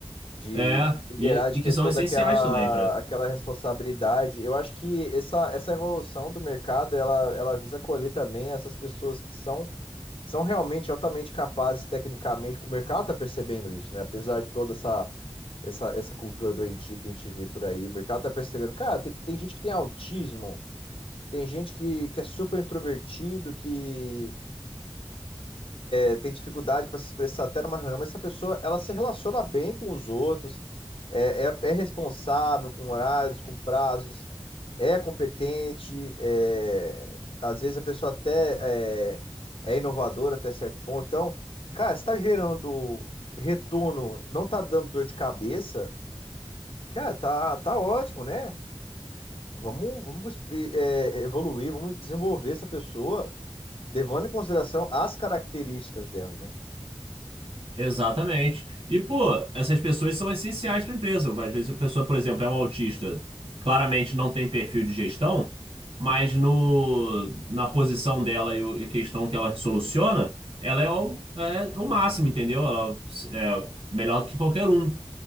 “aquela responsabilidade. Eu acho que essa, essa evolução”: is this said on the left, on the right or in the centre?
Left